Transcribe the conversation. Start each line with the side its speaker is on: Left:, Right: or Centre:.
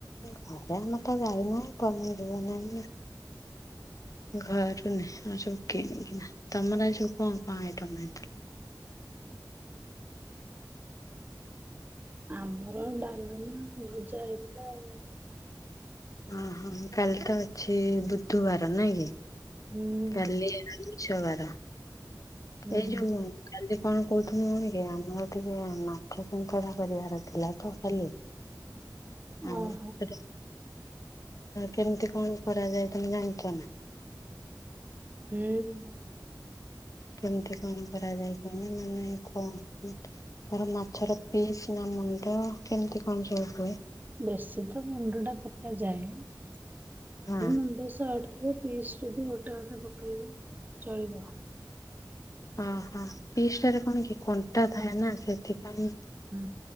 Left: ଘରେ ଆମର ତ ଗାଈ ନାଇଁ ପନିର ବନେଇମୁଁ ଘରୁ ନାହିଁ, ଆମର ସବୁ କିଣିକିନା। ତମର ଆଜି ସଉ କଣ କଣ ଆଇଟମ୍ ହେଇଥିଲା?
Right: ଆମର ଡାଲମା, ଭଜା ହେଇଥିଲା ଆଉ।
Left: ଅହଁ କାଲି ତ ଅଛି, ବୁଧବାର ନାଇଁ କି?
Right: ହୁଁ
Left: କାଲି <inaudible> ଛ ବାର
Right: ହୁଁ
Left: ଏଇ ଯୋଉଁ କାଲି କଣ କହୁଥୁନୁ କି ଆମର ଟିକେ ମାଛ ଛେନ୍ତରା କରିବାର ଥିଲା ତ କାଲି? ଆଉ
Right: ଓହୋ
Left: <unintelligible> କେମିତି କଣ କରାଯାଏ ତମେ ଜାଣିଚ ନା?
Right: ହୁଁ।
Left: କେମିତି କଣ କରାଯାଏ କହିନେ ନା ନାଇଁ କଣ କେମତି? ତାର ମାଛର ପିସ୍ ନା ମୁଣ୍ଡ କେମତି କଣ ସବୁ ହୁଏ?
Right: ବେଶୀ ତ ମୁଣ୍ଡ ଟା ପକାଯାଏ। ଯଦି
Left: ହଁ
Right: ମୁଣ୍ଡ ସଟ୍ ଥିବ ପିସ୍ ଯଦି ଗୋଟେ ଆମେ ପକେଇବା ଚଳିବ।
Left: ଓହୋ! ପିସ୍ ଟାରେ କଣ କି କଣ୍ଟା ଥାଏ ନା, ସେଥିପାଇଁ
Right: ହୁଁ।